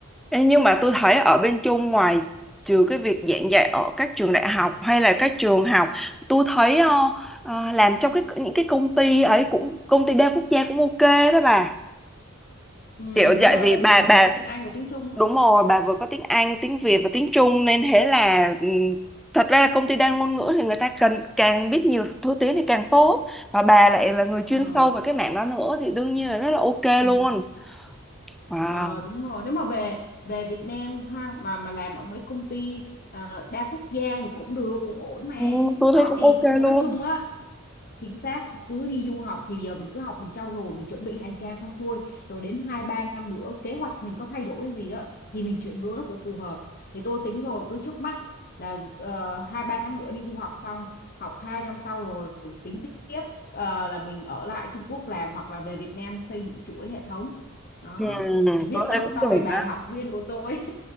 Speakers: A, in the centre; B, on the left.
A: Ê, nhưng mà tôi thấy ở bên Trung ngoài trừ cái việc giảng dạy ở các trường đại học hay là các trường học, tôi thấy ờ, ờ, làm trong cái những cái công ty ấy cũng công ty đa quốc gia cũng ok đó bà.
B: ừ,
A: Kiểu
B: đúng
A: vậy
B: rồi
A: vì
B: tại
A: bà
B: vì mình
A: bà
B: vừa có tiếng Anh và tiếng Trung nữa
A: Đúng rồi, bà vừa có tiếng Anh, tiếng
B: ừ,
A: Việt và tiếng Trung nên thế là ừm, thật ra là công ty đa ngôn ngữ thì người ta cần càng biết nhiều thứ tiếng thì càng tốt. Và bà lại là người chuyên
B: ừ,
A: sâu về cái mảng đó nữa thì đương nhiên là rất là ok
B: ừ.
A: luôn. Wow.
B: Ờ, đúng rồi nếu mà về về Việt Nam ha mà mà làm ở mấy công ty ờ, đa quốc gia thì cũng được cũng ổn mà
A: Ừ, tôi
B: đó
A: thấy cũng
B: thì
A: ok
B: tôi
A: luôn.
B: nói chung á chính xác cứ đi du học thì giờ mình cứ học mình trau dồi mình chuẩn bị hành trang xong xuôi rồi đến hai ba năm nữa kế hoạch mình có thay đổi hay gì đó thì mình chuyển hướng nó cũng phù hợp thì tôi tính rồi cứ trước mắt là ờ, hai ba tháng nữa đi du học xong học hai năm sau rồi tính tiếp ờ, là mình ở lại Trung Quốc làm hoặc là về Việt Nam xây dựng chuỗi hệ thống đó
A: Ừ,
B: thì biết
A: tôi
B: đâu
A: thấy cũng
B: sau
A: được
B: này bà
A: đó.
B: là học viên của tôi